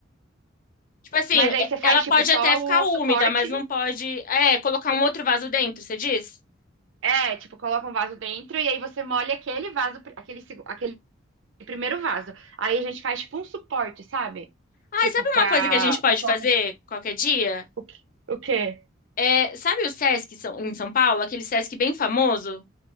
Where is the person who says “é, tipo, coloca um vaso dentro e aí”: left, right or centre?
Right